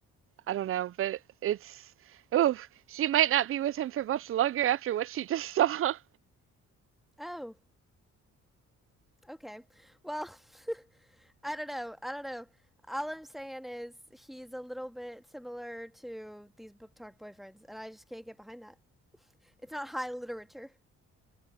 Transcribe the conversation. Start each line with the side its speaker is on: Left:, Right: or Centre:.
Right: I don't know, but it's oh, she might not be with him for much longer after what she just saw.
Centre: oh okay well <laughs> i don't know i don't know all i'm saying is he's a little bit similar to these book talk boyfriends and i just can't get behind that it's not high literature